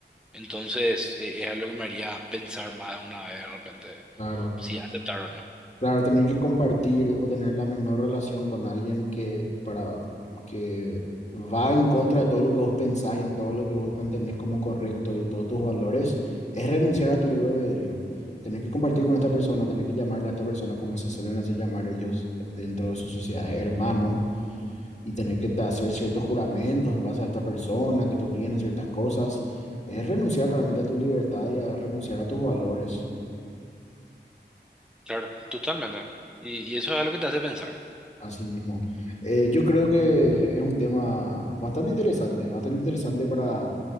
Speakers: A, in the centre; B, on the left.
A: entonces eh, es algo que me haría pensar más de una vez de repente
B: Claro.
A: si aceptar o no.
B: Claro, tener que compartir o tener la menor relación con alguien que, para, que va en contra de todo lo que vos pensás y en todo lo que vos mantenés como correcto y todos tus valores, es renunciar a tu libre albedrío. Tener que compartir con esta persona, tener que llamarle a esta persona como se suelen hacer llamar ellos dentro de sus sociedades, hermano, y tener que ta- hacer ciertos juramentos en base a esta persona, que te obliguen a ciertas cosas, es renunciar realmente a tu libertad y a renunciar a tus valores.
A: Claro, totalmente. Y, y eso es algo que te hace pensar.
B: Así mismo. Eh, yo creo que es un tema bastante interesante, bastante interesante para,